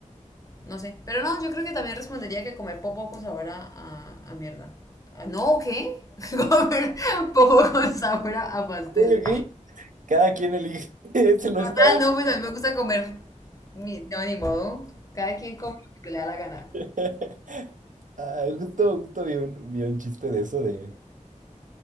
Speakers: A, on the left (about 25°); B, on the right (about 75°).
A: no sé. Pero no, yo creo que también respondería que comer popó con sabor a, a, a mierda. Ah, no, ¿qué? <laughs> Comer popó con sabor a, a pastel.
B: Ok, ok. Cada quien elige. <laughs> Ese no
A: Total,
B: estaba.
A: no, pues a mí me gusta comer, ni- no, ni modo. Cada quien come lo que le da la gana.
B: <laughs> Ah, justo, justo vi un, vi un chiste de eso de.